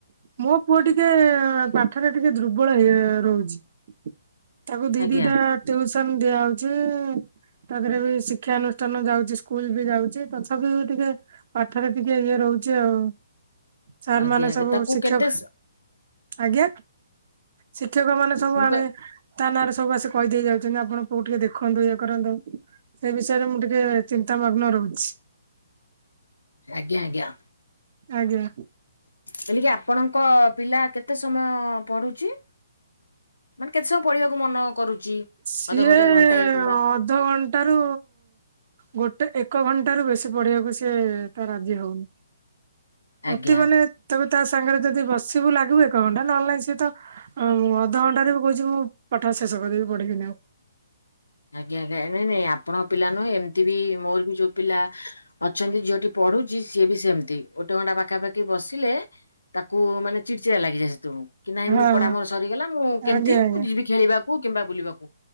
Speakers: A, on the right; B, on the left.
A: ମୋ ପୁଅ ଟିକେ ପାଠରେ ଟିକେ ଦୁର୍ବଳ ହେଇ ରହୁଛି। ତାକୁ ଦିଦି
B: ଆଜ୍ଞା
A: ଟା ଟିଉସନ ଦିଆ ହଉଛି। ତାପରେ ବି ଶିକ୍ଷା ଅନୁଷ୍ଠାନ ଯାଉଛି। ସ୍କୁଲ ବି ଯାଉଛି। ତଥାପି ବି ଟିକେ ଏଥରେ ଟିକେ ଇଏ ରହୁଛି ଆଉ। ସାର୍
B: ଆଜ୍ଞା
A: ମାନେ
B: ଆଜ୍ଞା
A: ସବୁ
B: ତାକୁ
A: ଶିକ୍ଷକ
B: କେତେ
A: ଆଜ୍ଞା ଶିକ୍ଷକ ମାନେ ସବୁ
B: ମୁଁ
A: ଆଣେ
B: କହି
A: ତା ନାଁରେ ସବୁ ଆସି କହିଦେଇ ଯାଉଛନ୍ତି। ଆପଣ ପୁଅକୁ ଟିକେ ଦେଖନ୍ତୁ ଇଏ କରନ୍ତୁ। ସେଇ ବିଷୟରେ ମୁଁ ଟିକେ ଚିନ୍ତା ମଗ୍ନ ରହୁଛି।
B: ଆଜ୍ଞା ଆଜ୍ଞା।
A: ଆଜ୍ଞା।
B: ହେଲେ କି ଆପଣଙ୍କ ପିଲା କେତେ ସମୟ ପଢୁଛି? ମାନେ କେତ ସମୟ ପଢିବାକୁ ମନ କରୁଛି
A: ସିଏ
B: ଅଧଘଣ୍ଟାଏ ଘଣ୍ଟାଏ କିମ୍ବା
A: ଅଧ ଘଣ୍ଟାରୁ ଗୋଟେ ଏକ ଘଣ୍ଟା ରୁ ବେଶୀ ପଢିବାକୁ ସିଏ ତ ରାଜି ହଉନି।
B: ଆଜ୍ଞା।
A: ଅତି ମାନେ ତକୁ ତା ସାଙ୍ଗରେ ଯଦି ବସିବୁ ଲାଗିବୁ ଏକ ଘଣ୍ଟା ନହେଲେ ନାହିଁ ସିଏ ତ ହ ମୁଁ ଅଧଘଣ୍ଟାରେ ବି କହୁଛି ମୁଁ ପାଠ ଶେଷ କରିବି। ପଢିବିନି ଆଉ।
B: ଆଜ୍ଞା ଆଜ୍ଞା। ନାଇଁ ନାଇଁ ଆପଣଙ୍କ ପିଲା ନୁହେଁ ଏମିତି ବି ମୋର ବି ଯୋଉ ପିଲା ଅଛନ୍ତି ଝିଅଠି ପଢୁଛି ସିଏ ବି ସେମିତି। ଗୋଟେ ଘଣ୍ଟା ପାଖାପାଖି ବସିଲେ ତାକୁ ମାନେ ଚିଡ ଚିଡା ଲାଗିଯାଏ ସେତେ ବେଳକୁ। କି ନାଇଁ
A: ହଁ
B: ମୁଁ ପଢା ମର ସରିଗଲା। ମୁଁ କେମିତି
A: ଆଜ୍ଞା ଆଜ୍ଞା
B: ମୁଁ ଯିବି ଖେଳିବାକୁ କିମ୍ବା ବୁଲିବାକୁ।